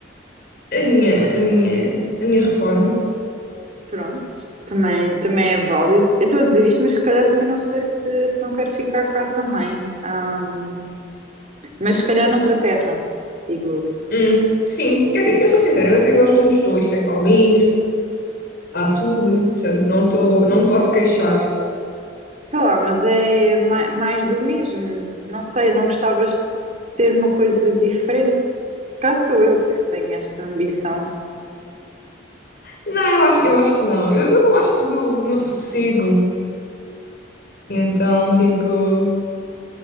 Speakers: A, on the left; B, on the right.
A: a minha,
B: Ah,
A: a minha, a minha reforma.
B: pronto, também, também é válido. Eu estou a dizer isto, mas se calhar também não sei se, se não quero ficar cá também. Ahm, mas se calhar noutra terra, digo eu.
A: Hum, sim, quer dizer, eu sou sincera, eu até gosto de onde estou, isto é calminho, há tudo, portanto, não estou, não me posso queixar.
B: Sei lá, mas é mai- mais do mesmo. Não sei, não gostavas de ter uma coisa diferente. Cá sou eu que tenho esta ambição.
A: Não, eu acho, eu acho que não, eu, eu gosto do meu, do meu sossego, então, tipo,